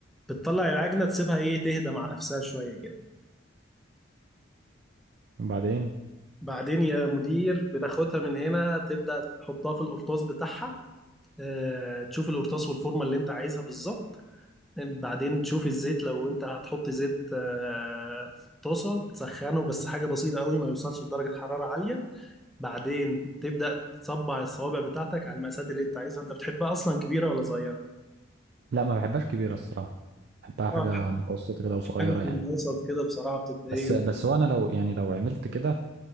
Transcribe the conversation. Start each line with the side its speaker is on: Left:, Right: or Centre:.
Centre: بتطلع العجنة تسيبها ايه تهدى مع نفسها شوية كده
Right: وبعدين
Centre: بعدين يا مدير بتاخدها من هنا تبدأ تحطها في القرطاس بتاعها آه تشوف القرطاس والفورمة اللي انت عايزها بالظبط بعدين تشوف الزيت لو انت هتحط زيت آه، في الطاسة تسخنه بس حاجة بسيطة قوي ما يوصلش لدرجة حرارة عالية بعدين تبدأ تصبع الصوابع بتاعتك على المقاسات اللي انت عايزها انت بتحبها اصلا كبيرة ولا صغيرة
Right: لا ما بحبهاش كبيرة الصراحة بحبها
Centre: اه
Right: حاجة متوسطة كده وصغيرة
Centre: حاجة في
Right: يعني
Centre: الوسط كده بصراحة بتبقى
Right: بس
Centre: ايه
Right: بس وانا لو يعني لو عملت كده